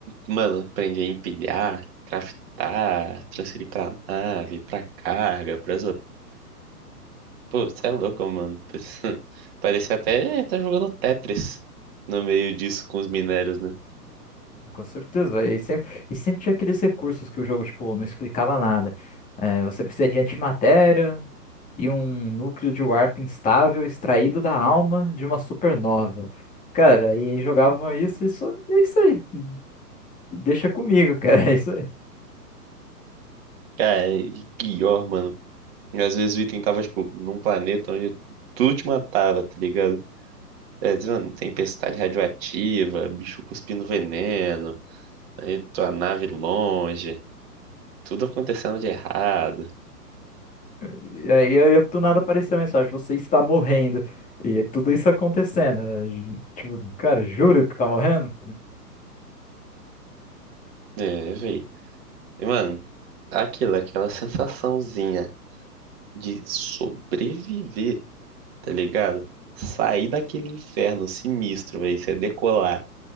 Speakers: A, on the right; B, on the left.
A: mano, aprendi a empilhar, craftar, transferir pra nave, pra carga, pra Pô, você é louco, mano. <laughs> Parecia até eh, tá jogando Tetris no meio disso com os minérios, né?
B: com certeza, velho. E sempre, e sempre tinha aqueles recursos que o jogo, tipo, não explicava nada. É, você precisa de antimatéria e um núcleo de warp instável extraído da alma de uma supernova. Cara, e aí jogavam isso, isso, e é isso aí. Deixa comigo, <laughs> cara, é isso aí.
A: Cara, e pior, mano. E Às vezes o item tava, tipo, num planeta onde tudo te matava, tá ligado? É, diz, mano, tempestade radioativa, bicho cuspindo veneno, aí tua nave longe, tudo acontecendo de errado.
B: E aí, eu- do nada apareceu a mensagem, você está morrendo. E tudo isso acontecendo. né? Tipo, cara, juro que tá morrendo?
A: É, véi. E, mano, aquilo, aquela sensaçãozinha de sobreviver. tá ligado? Sair daquele inferno sinistro, velho, você decolar,